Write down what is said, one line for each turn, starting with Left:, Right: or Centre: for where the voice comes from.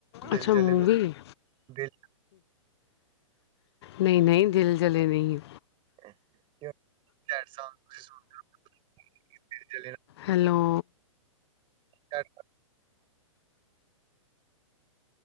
Right: ਦਿਲ
Left: ਅੱਛਾ
Right: ਜਲੇ
Left: ਮੂਵੀ
Right: ਤੋਂ ਦਿਲ
Left: ਨਹੀਂ, ਨਹੀਂ ਦਿਲ ਜਲੇ ਨਹੀਂ ਏ।
Right: ਤੁਸੀਂ ਸੁਣ <unintelligible> ਚਲ
Left: ਹੈਲੋ
Right: ਅੱਛਾਛਾ